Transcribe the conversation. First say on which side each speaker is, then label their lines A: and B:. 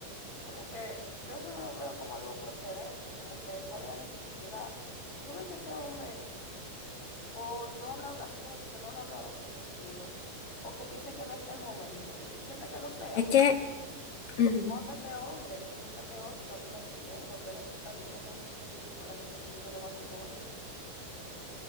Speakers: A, on the left; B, on the left.
A: Como que yo eso no lo veo como algo procedente, como que cuál es la necesidad. Si tú ves que ese hombre o no ha hablado, así como te dice, no lo ha hablado eso contigo, o que te dice que no es el momento y tú sientes que lo sea,
B: Es que, ujú,
A: pon de ese hombre y búscate otro y no pierdas tu tiempo en vez de tú estar de, que de, de ridícula, de que pidiéndole matrimonio.